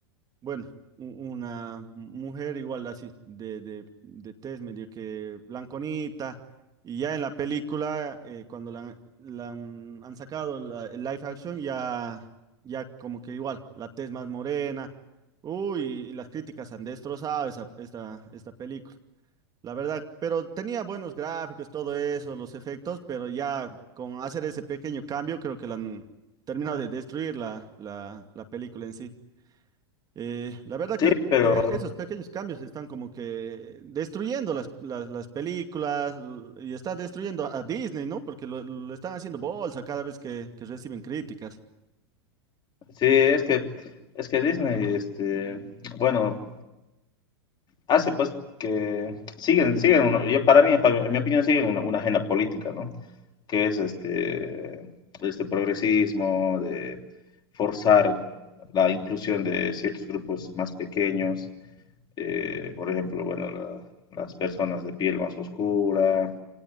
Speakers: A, on the right; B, on the left.
A: Bueno, u- una mujer igual así, de, de, de tez medio que blanconita, y ya en la película, eh, cuando la, han la han- han sacado la- el live action, ya, ya como que igual, la tez más morena, uy, y las críticas han destrozado esa, esta, esta película, la verdad, pero tenía buenos gráficos, todo eso, los efectos, pero ya con hacer ese pequeño cambio, creo que la han terminado de destruir la, la la película en sí. Eh, la verdad
B: Sí,
A: creo
B: pero
A: que esos pequeños cambios están como que destruyendo las, las, las películas l- y están destruyendo a Disney, ¿no? Porque lo, lo están haciendo bolsa cada vez que, que reciben críticas.
B: sí, es que, es que Disney, este, bueno, hace pues que siguen, siguen, uno- yo para mí, para- en mi opinión, siguen una, una agenda política, ¿no? que es este, este progresismo, de forzar la inclusión de ciertos grupos más pequeños, eh, por ejemplo, bueno, la, las personas de piel más oscura,